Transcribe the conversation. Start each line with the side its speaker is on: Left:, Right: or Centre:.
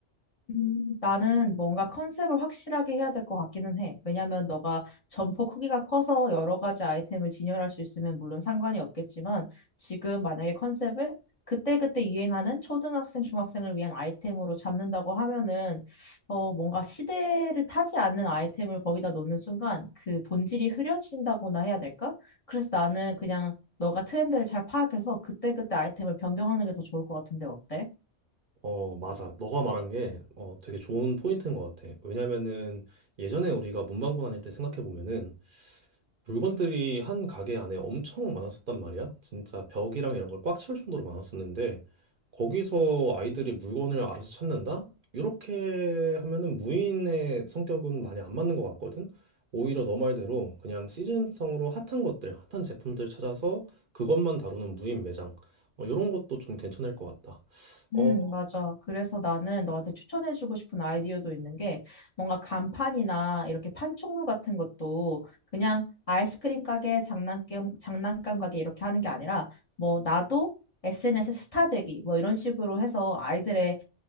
Left: 음, 나는 뭔가 컨셉을 확실하게 해야 될 것 같기는 해. 왜냐면 너가 점포 크기가 커서 여러 가지 아이템을 진열할 수 있으면 물론 상관이 없겠지만 지금 만약에 컨셉을 그때그때 유행하는 초등학생, 중학생을 위한 아이템으로 잡는다고 하면은 어, 뭔가 시대를 타지 않는 아이템을 거기다 놓는 순간 그 본질이 흐려진다고나 해야 될까? 그래서 나는 그냥 너가 트렌드를 잘 파악해서 그때그때 아이템을 변경하는 게 더 좋을 것 같은데 어때?
Right: 어 맞아. 너가 말한 게 어 되게 좋은 포인트인 것 같아. 왜냐면은 예전에 우리가 문방구 다닐 때 생각해 보면은 물건들이 한 가게 안에 엄청 많았었단 말이야. 진짜 벽이랑 이런 걸 꽉 채울 정도로 많았었는데 거기서 아이들이 물건을 알아서 찾는다? 이렇게 하면은 무인의 성격은 많이 안 맞는 것 같거든. 오히려 너 말대로 그냥 시즌성으로 핫한 것들, 핫한 제품들 찾아서 그것만 다루는 무인 매장. 어, 이런 것도 좀 괜찮을 것 같다. 어,
Left: 음, 맞아. 그래서 나는 너한테 추천해주고 싶은 아이디어도 있는 게 뭔가 간판이나 이렇게 판촉물 같은 것도 그냥 아이스크림 가게, 장난감, 장난감 가게 이렇게 하는 게 아니라 뭐 나도 SNS 스타 되기 뭐 이런 식으로 해서 아이들의